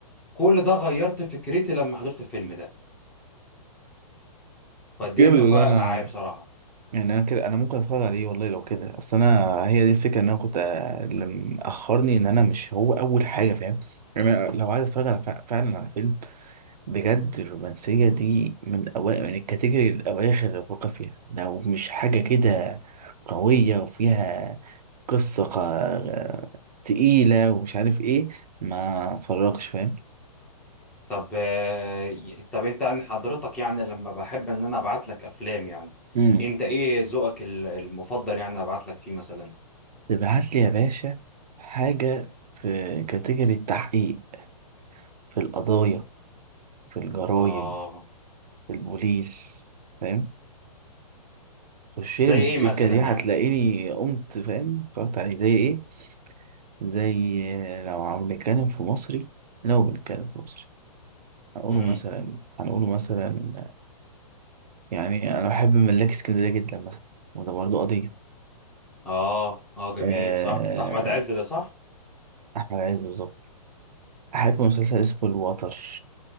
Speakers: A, in the centre; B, on the right.
A: كل ده غيرت فكرتي لما حضرت الفيلم ده وقد
B: جامد
A: ايه انه
B: والله
A: فرق
B: انا
A: معايا بصراحة
B: يعني انا كده انا ممكن اتفرج عليه والله لو كده اصل انا هي دي الفكره ان انا كنت آه، اللي مأخرني ان انا مش هو اول حاجه فاهم يعني أنا لو عايز اتفرج على فع- فعلا على فيلم بجد الرومانسية دي من أوائل من الكاتيجوري الأواخر اللي بفكر فيها لو مش حاجة كده قوية وفيها قصة ق- تقيلة ومش عارف إيه ما اتفرجش فاهم
A: طب آه، ي- طب انت عن حضرتك يعني لما بحب ان انا ابعت لك افلام يعني
B: امم
A: انت ايه ذوقك ال- المفضل يعني ابعت لك فيه مثلا
B: تبعت لي يا باشا حاجة في كاتيجوري التحقيق في القضايا في الجرايم
A: اه
B: في البوليس فاهم خش
A: زي
B: لي
A: ايه
B: من السكة
A: مثلا
B: دي هتلاقيني
A: يعني
B: قمت فاهم اتفرجت عليه زي إيه زي لو عم نتكلم في مصري لو بنتكلم في مصري هنقوله
A: امم
B: مثلا هنقوله مثلا يعني أنا بحب ملاك اسكندرية جدا مثلا وده برضه قضية
A: اه اه جميل
B: آه،
A: صح ده احمد عز ده صح
B: أحمد عز بالظبط أحب مسلسل اسمه الوتر